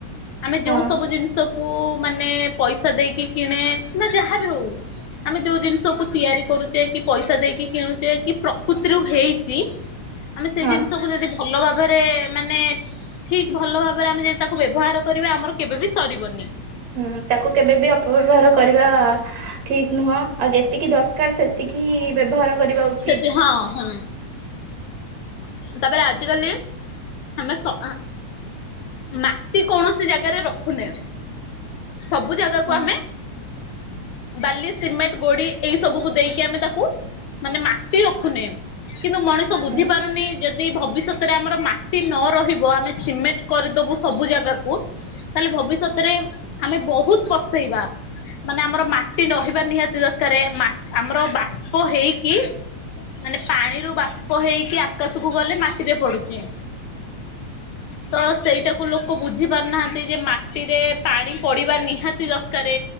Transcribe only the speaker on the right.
ହଁ
ହଁ
ହୁଁ। ତାକୁ କେବେ ବି ଅପବ୍ୟବହାର କରିବା ଠିକ ନୁହଁ। ଆଉ ଯେତିକି ଦରକାର ସେତିକି ବ୍ୟବହାର କରିବା ଉଚିତ୍।
ହଁ
ହଁ